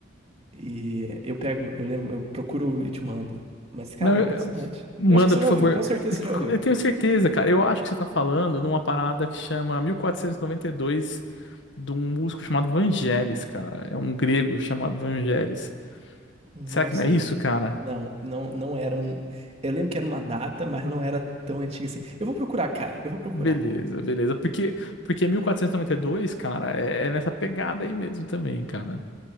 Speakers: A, on the right (about 35°); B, on the left (about 65°).
A: E eu pego, eu lembro, eu procuro e te mando. Mas, cara,
B: Não,
A: é
B: eu-
A: impressionante.
B: Manda,
A: Eu acho que você
B: por
A: já
B: favor.
A: ouviu, com certeza você já ouviu.
B: Eu tenho certeza, cara. Eu acho que você tá falando numa parada que chama 1492 de um músico chamado Vangelis, cara. É um grego chamado Vangelis.
A: Não
B: Será que
A: sei.
B: não é isso, cara?
A: Não, não, não era um. Eu lembro que era uma data, mas não era tão antiga assim. Eu vou procurar, cara, eu vou procurar.
B: Beleza, beleza. Porque, porque 1492, cara, é, é nessa pegada aí mesmo também, cara.